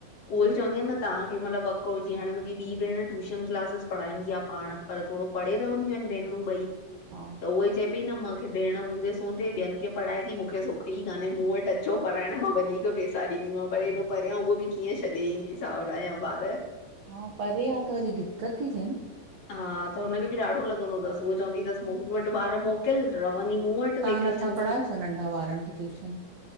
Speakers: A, on the left; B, on the right.
A: उहोई चवंदी आ न तव्हांखे मतिलबु अको जीअं हाणे मुंहिंजी ॿी भेण टूशन क्लासिस पढ़ाईंदी आ पाण पर थोॾो परे रहंदियूं आहिनि भेनरूं ॿई।
B: हा।
A: त उहो ई चए पई न मूंखे भेण हूंदे सूंदे ॿियनि खे पढ़ाए थी मूंखे सुखी काने मूं वटि अच छो पढ़ण मां वधीक पैसा ॾींदीमांव पर हेॾो परियां उहो बि कीअं छॾे ईंदी साहुरा या ॿार।
B: हा, परे आ त वरी दिक्क़त थी थिए न।
A: हा, त हुनखे बि ॾाढो लॻंदो अथसि उहो चवंदी अथस मूं वटि ॿार मोकिल रहवनि ही मूं वटि
B: तव्हां
A: वेकेशन
B: नथा
A: में
B: पढ़ायो छा नंढा ॿारनि खे ट्यूशन?